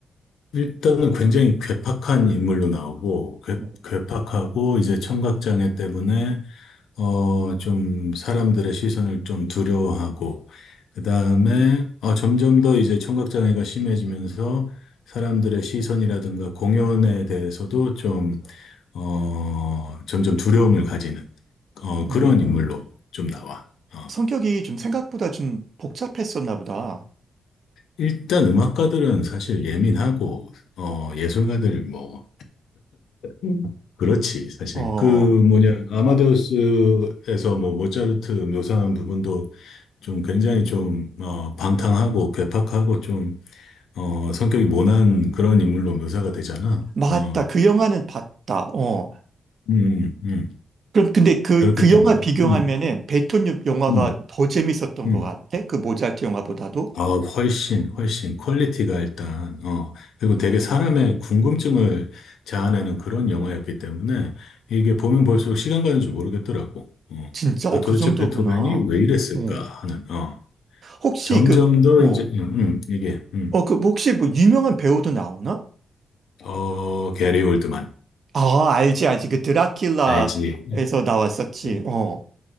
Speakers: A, on the left (about 85°); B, on the right (about 55°).
A: 일단은 굉장히 괴팍한 인물로 나오고, 괴,
B: 음.
A: 괴팍하고, 이제 청각장애 때문에 어, 좀 사람들의 시선을 좀 두려워하고, 그 다음에 어, 점점 더 이제 청각장애가 심해지면서 사람들의 시선이라든가 공연에 대해서도 좀, 어, 점점 두려움을 가지는 어, 그런
B: 음.
A: 인물로 좀 나와. 어,
B: 성격이 좀 생각보다 좀 복잡했었나 보다.
A: 일단 음악가들은 사실 예민하고, 어, 예술가들 뭐, 음. 그렇지, 사실.
B: 어,
A: 그 뭐냐, 아마데우스에서 뭐 모차르트 묘사한 부분도 좀 굉장히 좀, 어, 방탕하고 괴팍하고 좀, 어, 성격이 모난 그런 인물로 묘사가 되잖아.
B: 맞다.
A: 어,
B: 그 영화는 봤다. 어.
A: 음, 음, 음.
B: 그럼 근데 그,
A: 그렇기
B: 그
A: 때문에,
B: 영화 비교하면은
A: 음,
B: 베톤 영화가
A: 음,
B: 더 재밌었던
A: 음.
B: 것 같아? 그 모잘트 영화보다도?
A: 아, 훨씬, 훨씬 퀄리티가 일단, 어, 그리고 되게 사람의 궁금증을 자아내는 그런 영화였기 때문에 이게 보면 볼수록 시간 가는 줄 모르겠더라고. 어.
B: 진짜?
A: 아,
B: 어,
A: 도대체
B: 그 정도구나.
A: 베토벤이 왜 이랬을까
B: 어.
A: 하는, 어.
B: 혹시
A: 점점
B: 그,
A: 더
B: 뭐,
A: 이제, 음, 음, 이게, 음.
B: 어, 그, 뭐 혹시 뭐 유명한 배우도 나오나?
A: 어, 게리 올드만.
B: 아, 알지, 알지. 그 드라큘라에서
A: 알지? 음,
B: 나왔었지.
A: 음.
B: 어,